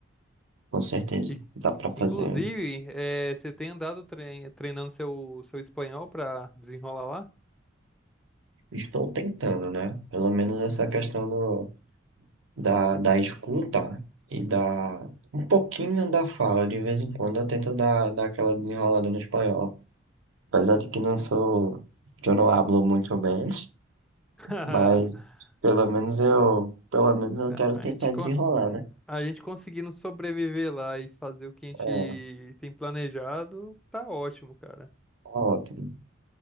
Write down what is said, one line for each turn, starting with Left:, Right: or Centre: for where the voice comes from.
Right: Com certeza.
Centre: E,
Right: Dá para fazer.
Centre: inclusive, eh, você tem andado trein- treinando seu, seu espanhol pra desenrolar lá?
Right: Estou tentando, né? Pelo menos essa questão do, da, da escuta e da. Um pouquinho da fala, de vez em quando eu tento dar, dar aquela desenrolada no espanhol. Apesar de que não sou, eu não hablo muito bem,
Centre: <laughs>
Right: mas pelo menos eu, pelo menos eu
Centre: Não,
Right: quero
Centre: a
Right: tentar
Centre: gente, co-
Right: desenrolar, né?
Centre: a gente conseguindo sobreviver lá e fazer o que a gente
Right: É,
Centre: tem planejado, tá ótimo, cara.
Right: tá ótimo.